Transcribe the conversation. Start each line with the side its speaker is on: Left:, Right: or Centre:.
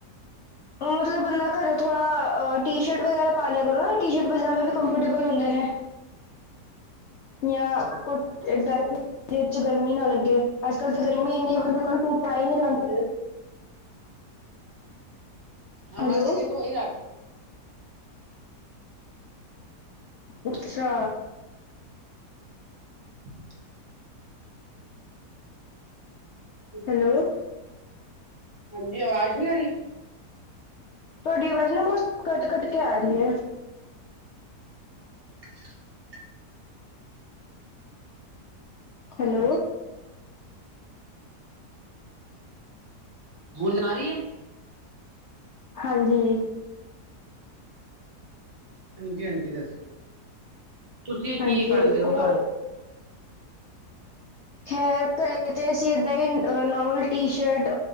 Left: ਮਤਲਬ ਬੰਦਾ ਘਰੇ ਥੋੜਾ ਟੀ ਸ਼ਰਟ ਵਗੈਰਾ ਪਾ ਲਿਆ ਕਰੋ ਨਾ ਟੀ ਸ਼ਰਟ ਪਜਾਮੇ ਵੀ ਕੰਫਰਟੇਬਲ ਹੁੰਦੇ ਨੇ ਜਾਂ ਕੁਛ ਏਦਾਂ ਜਿਚ ਗਰਮੀ ਨਾ ਲੱਗੇ ਅੱਜ ਕੱਲ ਤਾਂ ਗਰਮੀ ਇੰਨੀ ਬੰਦੇ ਕੋਲ ਸੂਟ ਪਾਏ ਨਹੀਂ ਜਾਂਦੇ
Right: ਗਿਆ। ਹਾਂ
Left: ਹੈਲੋ,
Right: ਹਾਂ ਜਿੰਨੇ ਤੋਂ ਹੀ ਰਾਤ
Left: ਅੱਛਾ।
Right: <inaudible> <unintelligible>
Left: ਹੈਲੋ।
Right: ਹਾਂਜੀ ਆਵਾਜ਼ ਨਹੀਂ ਆ ਰਹੀ
Left: ਤੁਹਾਡੀ ਆਵਾਜ਼ ਨਾ ਬਹੁਤ ਕੱਟ ਕੱਟ ਕੇ ਆ ਰਹੀ ਹੈ।
Right: <inaudible>
Left: ਹੈਲੋ
Right: ਹੋਣ ਆ ਰਹੀ
Left: ਹਾਂਜੀ
Right: ਹਾਂਜੀ ਹਾਂਜੀ ਦੱਸੋ ਤੁਸੀਂ
Left: ਹਾਂਜੀ
Right: ਕੀ ਪਾਉਂਦੇ ਹੋ
Left: ਉਹ
Right: ਘਰ
Left: ਖੇਰ ਕਰ ਅਸੀਂ ਨੋਰਮਲ ਟੀਸ਼ਰਟ